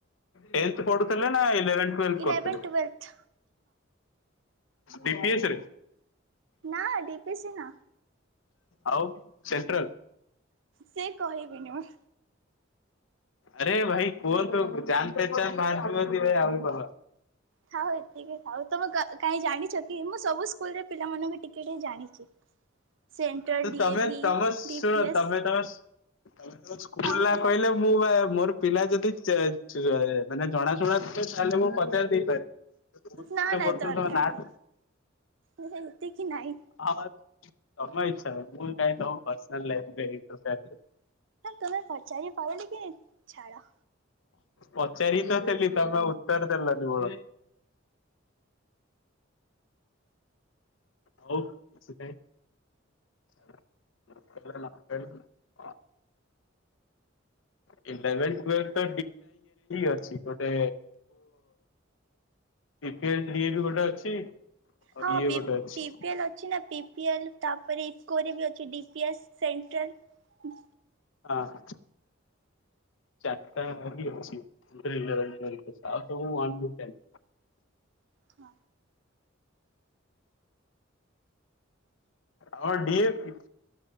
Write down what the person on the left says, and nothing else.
ଟେଣ୍ଟ ପଢୁଥିଲେ ନା ଇଲେଭେନ୍? ଟୁଏଲ୍ଭ
କରୁଥିଲେ?
D P S ରେ
ଆଉ ସେଣ୍ଟ୍ରାଲ?
ଆରେ ଭାଇ କୁହନ୍ତୁ ଜାନ ପହଚାନ ବାହାରୁନ୍ତି ଭାଇ ଆ ଭଲ
ତ
ତମେ
ତମେ ଶୁଣ
ତମେ ତମେମ ତମ ସ୍କୁଲ
ନା
କହିଲେ ମୁଁ ବା ମୋର ପିଲା ଯଦି ମାନେ ଚ ଚା ମାନେ ଜଣାଶୁଣାଥିବ ତାହେଲେ ମୁଁ ପଚାରି ଦେଇପାରେ କୋଉ ସ୍କୁଲରେ
ପଢୁଥିଲୁ
ତମ ନାଁ
ହଁ ତମ ଇଛା ରେ ମୁଁ କାଇଁ ତମ ପର୍ସନିଲା ଲାଇଫ ଏଣ୍ଟର ଫାୟେ କରିବି।
ପଚାରି ତ ଥିଲି ତମେ ଉତ୍ତର ଦେଲନି ବଳ ହଉ <unintelligible> <unintelligible> <unintelligible> ଅଛି ଗୋଟେ <unintelligible> ଡିଏ ବି ଗୋଟେ ଅଛି ଆଉ
ଇଏ
ଗୋଟେ ଅଛି
ହଁ। ଚାରିଟା ବି ଅଛି ଆଉ ଗୋଟେ ଇଲେଭେନ ଟ୍ୱଇଲେ ଆଉ ସବୁ ୱରୁ ଟେନ।
ହଁ ଡିଫ